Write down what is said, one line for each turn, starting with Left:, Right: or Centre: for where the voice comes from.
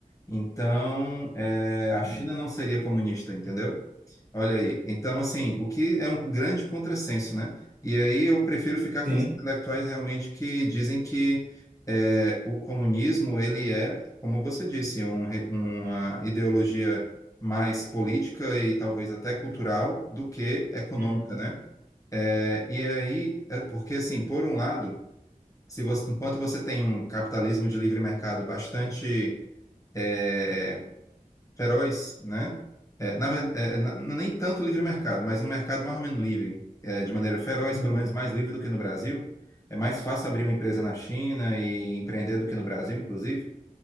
Left: Então, eh, a China
Right: Uhum.
Left: não seria comunista, entendeu? Olha aí. Então, assim, o que é um grande contrassenso, né? E aí eu prefiro ficar
Right: Sim.
Left: com os intelectuais realmente que dizem que é, o comunismo, ele é, como você disse, um re- uma ideologia mais política e talvez até cultural do que econômica,
Right: Uhum.
Left: né? É, e aí, é porque assim, por um lado, se você- enquanto você tem um capitalismo de livre mercado bastante é, feroz, né? É, na, ver- é, na- nem tanto livre mercado, mas um mercado mais ou menos livre, é, de maneira feroz,
Right: Uhum.
Left: pelo menos mais livre do que no Brasil. É mais fácil abrir uma empresa na China e empreender do que no Brasil, inclusive.